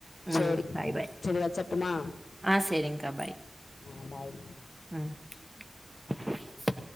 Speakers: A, on the right; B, on the left.
A: ம்
B: சேரி
A: பாய் பாய்
B: செரி வெச்சர்ட்டுமா
A: ஆ செரிங்க்கா பாய்
B: அ பாய்
A: ம்